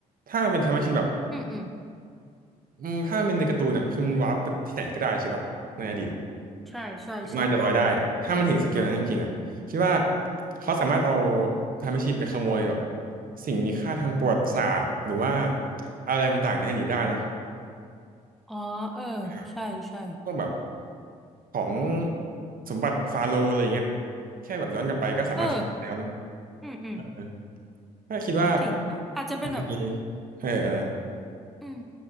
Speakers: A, on the right; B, in the centre.
A: ถ้ามันเป็นไทม์แมชชีนแบบ
B: อืมอืม
A: อืมถ้ามันเป็นในการ์ตูนอ่ะคือมันวาร์ปไปที่ไหนก็ได้ใช่ปะในอดีตอะ
B: ใช่ใช่ใช่
A: หรือมนอาจจะลอยได้ถ้ามันถึงสเกลนั้นจริงๆอ่ะคิดว่าเขาสามารถเอาไทม์แมชชีนไปขโมยแบบสิ่งมีค่าทางประวัติศาสตร์หรือว่าอะไรต่างๆในอดีตได้เนาะ
B: อ๋อเออใช่ใช่
A: ครับพวกแบบของสมบัติฟาโรห์อะไรอย่างเงี้ยแค่แบบย้อนกลับไปก็สามารถขโมยได้แล้วเนาะ
B: เอออืมอืม
A: เออถ้าคิดว่า
B: ก็จริงอ่ะอาจจะเป็นแบบ
A: อาจจะมีเอออะไร
B: อืม